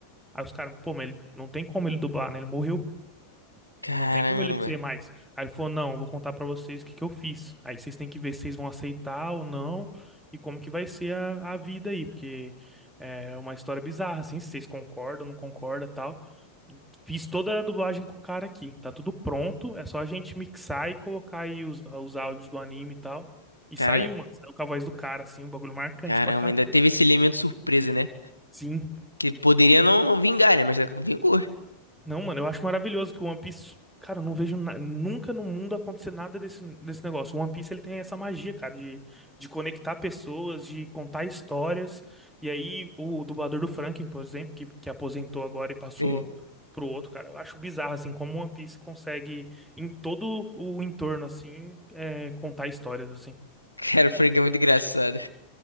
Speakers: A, in the centre; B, on the left.
A: Aí os caras, pô, mas ele, não tem como ele dublar, né? Ele morreu.
B: Caramba.
A: Não tem como ele ser mais. Aí ele falou: Não, eu vou contar pra vocês o que que eu fiz. Aí vocês têm que ver se vocês vão aceitar ou não e como que vai ser a, a vida aí, porque é é uma história bizarra, assim, se vocês concordam, não concordam tal. Fiz toda a dublagem com o cara aqui, tá tudo pronto, é só a gente mixar e colocar aí os, os áudios do anime e tal. E
B: Cara,
A: saiu, mano, saiu com a voz do cara, assim, um bagulho marcante
B: caramba,
A: pra caramba.
B: ainda teve esse elemento surpresa, né?
A: Sim.
B: Que poderia não, não vingar, né? Mas vingou.
A: Não, mano, eu acho maravilhoso que o One Piece. Cara, eu não vejo na- nunca no mundo acontecer nada desse, desse negócio. O One Piece ele tem essa magia, cara, de, de conectar pessoas, de contar histórias. E aí, o dublador do Franklin, por exemplo, que, que aposentou agora e passou
B: Tem-
A: pro outro, cara, eu acho bizarro, assim, como o One Piece consegue, em todo o entorno, assim, é, contar histórias, assim.
B: <laughs> Cara, o Frank é muito engraçado.